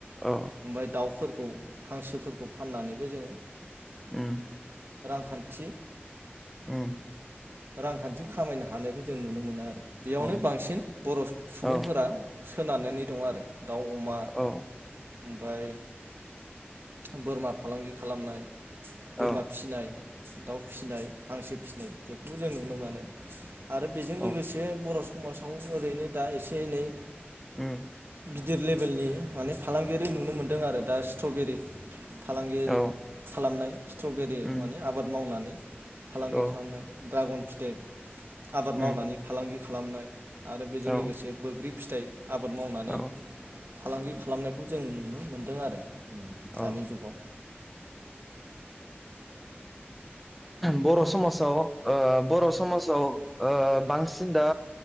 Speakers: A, in the centre; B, on the right (about 65°).
A: औ
B: ओमफ्राय दाउफोरखौ खौ हांसोफोरखौ फाननानैबो जोङो
A: उम
B: रांखान्थि
A: ओम
B: रांखान्थि खामायनो हानायखौ जों नुनो मोनो आरो बेयावनो
A: अ
B: बांसिन बर' सुबुंफोरा
A: औ
B: सोनानै नानै दं आरो दाउ अमा
A: औ
B: ओमफ्राय बोरमा फालांगि खालामनाय बोरमा
A: औ
B: फिनाय दाउ फिसिनाय हांसो फिसिनाय बे बेखौबो जों नुनो मोनो आरो बेजों
A: औ
B: लोगोसे बर' समाजाव ओरैनो दा एसे एनै
A: उम
B: गिदिर लेभेलनि माने फालांगियारि नुनो मोन्दों आरो दा स्ट्रबेरि फालांगि
A: औ
B: खालामनाय स्ट्रबेरि
A: उम
B: माने आबाद मावनानै फालांगि
A: औ
B: खालामनाय उनफिथाइ आबाद
A: उम
B: मावनानै फालांगि खालामनाय आरो बेजों
A: औ
B: लोगोसे बैग्रि फिथाइ आबाद मावनानै
A: औ
B: फालांगि खालामनायखौ जों नुनो मोन्दों आरो दानि
A: औ
B: जुगाव
A: बर' समाजाव ओ बर' समाजाव ओ बांसिन दा